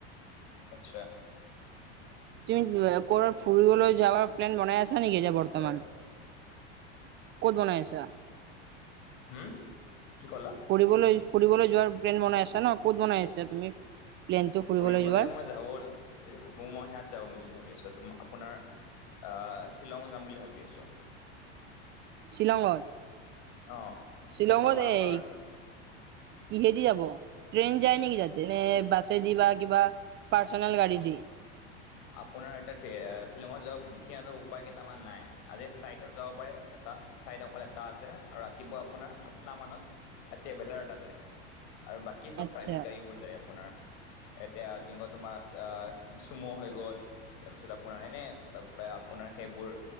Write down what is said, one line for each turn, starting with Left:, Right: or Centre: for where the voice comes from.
Left: আচ্ছা।
Right: তুমি ক'ৰবাত ফুৰিবলৈ যাবৰ প্লেন বনাই আছা নেকি এতিয়া বৰ্তমান?
Left: হয়
Right: ক'ত বনাই আছা?
Left: হুম, কি ক'লা?
Right: ফুৰিবলৈ-ফুৰিবলৈ যোৱাৰ প্লেন বনাই আছা ন, ক'ত বনাই আছা তুমি প্লেনটো
Left: ফুৰিবলৈ
Right: যোৱাৰ
Left: মই যাব লা যদি ভাবোঁ মই সেইয়াত যাম বুলি ভাৱি আছোঁ, তোমা-আপোনাৰ আ শ্বিলং যাম বুলি ভাৱি আছোঁ।
Right: শ্বিলঙত,
Left: অ
Right: শ্বিলঙত
Left: শ্বিলঙৰ আপোনাৰ
Right: এই কিহেদি যাব? ট্ৰেইন যায় নেকি তাতে? নে বাছেদি বা কিবা পাৰ্চনেল গাড়ী দি?
Left: আপোনাৰ এতিয়া এ শ্বিলঙত যাব বেছি এনেকৈ উপায় কেইটামান নাই, আজি ফ্লাইটত যাব পাৰে এটা চাইট অকল এটা আছে আৰু ৰাতিপুৱা আপোনাৰ সাতটা মানত ট্ৰেভেলাৰ এটা যায়। আৰু বাকী চব
Right: আচ্ছা।
Left: প্ৰাইভেট গাড়ীবোৰ যায় আপোনাৰ- এতিয়া যিংকত তোমাৰ আ-কি চুম' হৈ- গ'ল, তাৰপিছত আপোনাৰ এনে আপ-আপ-আপোনাৰ সেইবোৰ-